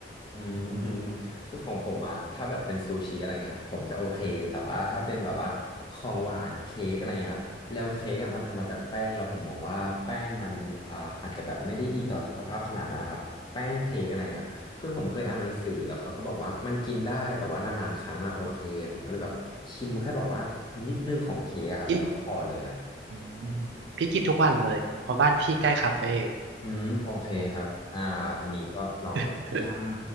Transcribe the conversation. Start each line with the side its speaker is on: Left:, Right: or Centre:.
Left: อืม <laughs> คือของผมอะถ้าแบบเป็นซูชิอะไรเงี้ยครับผมจะโอเคแต่ว่าถ้าเป็นแบบว่าของหวานเค้กอะไรเงี้ยครับแล้วเค้กอะมันทำมาจากแป้งแล้วผมมองว่าแป้งมันอ่าอาจจะแบบไม่ได้ดีต่อสุขภาพขนาดนั้นนะครับแป้งเค้กอะไรเงี้ยครับคือผมเคยอ่านหนังสือแล้วเขาก็บอกว่ามันกินได้แต่ว่านานๆครั้งอะโอเคผมก็เลยแบบชิมแค่แบบว่านิดนึงของเค้กอะครับแล้วก็พอเลยอะ
Right: พี่อืมพี่กินทุกวันเลยเพราะบ้านพี่ใกล้คาเฟ่
Left: อืมโอเคครับอ่าอันนี้ก็ลองแบบพยายาม
Right: <laughs>